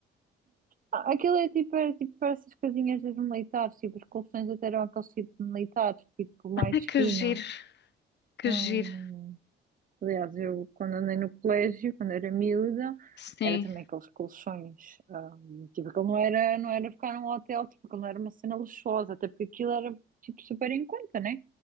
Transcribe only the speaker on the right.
Ah, Aquilo é tipo, era tipo para essas casinhas dos militares, tipo, os colchões até eram aqueles tipo de militares, tipo, mais
finos.
Hum,
aliás, eu quando andei no colégio, quando era miúda,
era também aqueles colchões, hum, tipo, aquilo não era, não era ficar num hotel, tipo, aquilo não era uma cena luxuosa, até porque aquilo era, tipo, super em conta, né?